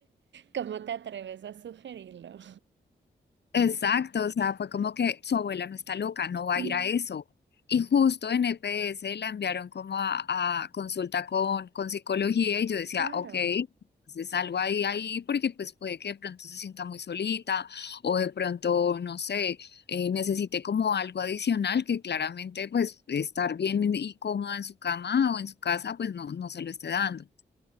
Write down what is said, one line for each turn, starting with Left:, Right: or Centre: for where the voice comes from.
Right: ¿Cómo te atreves a sugerirlo?
Left: Exacto, o sea, fue como que su abuela no está loca, no va
Right: <laughs>
Left: a ir a eso. Y justo en EPS la enviaron como a, a consulta con, con psicología y yo decía,
Right: Claro,
Left: ok, entonces algo ahí, ahí, porque pues puede que de pronto se sienta muy solita o de pronto, no sé, eh, necesite como algo adicional que claramente pues estar bien y cómoda en su cama o en su casa pues no, no se lo esté dando.